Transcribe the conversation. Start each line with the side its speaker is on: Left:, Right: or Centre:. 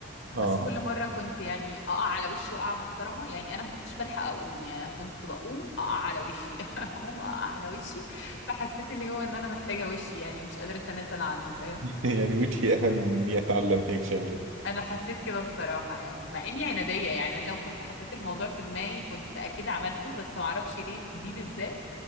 Right: آه
Left: بس كل مرة كنت يعني أقع على وشي وقعة محترمة يعني أنا ما كنتش بلحق أقوم يعني أنا كنت بقوم أقع على وشي <laughs> أقوم أقع على وشي فحسيت اللي هو إن أنا محتاجة وشي يعني مش قادرة أتنازل عنه فاهم
Right: <laughs> يعني وجهي أهم من إني أتعلم هيك شغلة
Left: أنا حسيت كده الصراحة يعني مع إني عنادية يعني أنا لو كنت حطيت الموضوع في دماغي كنت أكيد عملته بس ما أعرفش ليه في دي بالذات